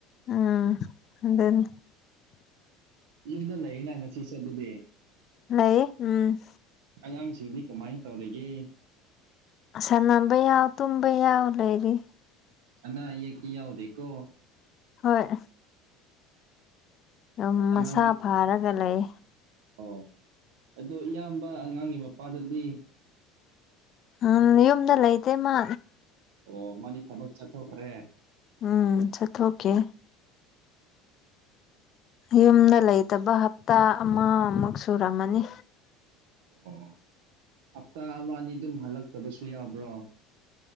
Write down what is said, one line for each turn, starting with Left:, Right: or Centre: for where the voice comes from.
Left: ꯎꯝ ꯑꯗꯨꯅꯤ
Right: ꯌꯨꯝꯗ ꯂꯩꯅ ꯉꯁꯤ ꯆꯠ ꯑꯗꯨꯗꯤ
Left: ꯂꯩ ꯎꯝ
Right: ꯑꯉꯥꯡꯁꯤꯡꯗꯤ ꯀꯃꯥꯏꯅ ꯇꯧꯔꯤꯒꯦ
Left: ꯁꯅꯝꯕ ꯌꯥꯎ ꯇꯨꯕ ꯌꯥꯎꯕ ꯂꯩ ꯂꯩꯔꯤ
Right: ꯅ ꯌꯦ ꯀꯌꯥꯎꯗꯀꯣ
Left: ꯍꯣꯏ ꯑꯗꯨꯝ
Right: ꯑꯉꯥꯡ
Left: ꯃꯁꯥ ꯐꯥꯔꯒ ꯂꯩ
Right: ꯑꯣ ꯑꯗꯣ ꯏꯌꯥꯝꯕ ꯑꯉꯥꯡꯒꯤ ꯃꯄꯥꯗꯗꯤ
Left: ꯎꯝ ꯌꯨꯝꯗ ꯂꯩꯇꯦ ꯃꯥ
Right: ꯑꯣ ꯃꯥꯅꯤ ꯊꯕꯛ ꯆꯠꯊꯣꯛꯈ꯭ꯔꯦ
Left: ꯎꯝ ꯆꯠꯊꯣꯛꯈꯤ ꯌꯨꯝꯗ ꯂꯩꯇꯕ ꯍꯞꯇꯥ ꯑꯃꯃꯨꯛ ꯁꯨꯔꯝꯃꯅꯤ
Right: ꯑꯣ ꯍꯞꯇꯥ ꯑ ꯑꯅꯤꯗꯨꯝ ꯍꯜꯂꯛꯇꯕꯁꯨ ꯌꯥꯎꯕ꯭ꯔꯣ